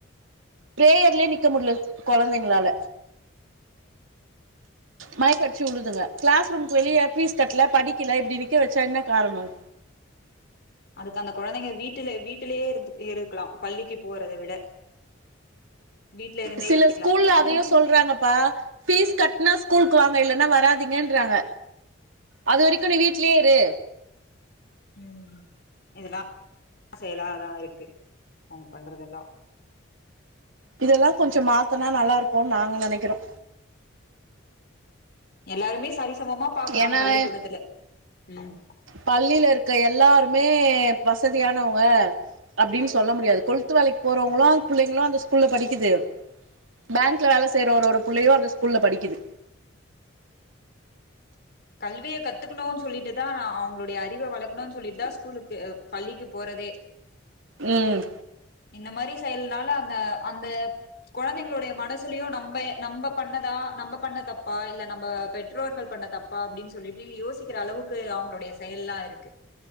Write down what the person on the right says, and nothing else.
பிரேயர்லயே நிக்க முடில்ல கொழந்தைங்ளால மயக்கடிச்சி உழுதுங்க கிளாஸ் ரூம்க்கு வெளிய ஃபீஸ் கட்ல படிக்கல இப்டி நிக்க வெச்சா என்ன காரணம்
சில
ஸ்கூல்ல அதயு
சொல்றாங்கப்பா ஃபீஸ் கட்னா ஸ்கூல்க்கு வாங்க இல்லன்னா வராதீங்கன்றாங்க அது வரைக்கும் நீ வீட்லே இரு
இதெல்லா கொஞ்சம் மாத்துனா நல்லாருக்கும் நாங்க நெனைக்கிறோ
ஏன்னா
பள்ளியில இருக்க எல்லாருமே வசதியானவங்க அப்டின் சொல்ல முடியாது கொள்த்து வேலைக் போறவங்களும் பிள்ளைங்களும் அந்த ஸ்கூல்ல படிக்குது பேங்க்லா வேல செய்றவரோட புள்ளையும் அந்த ஸ்கூல்ல படிக்குது
ம்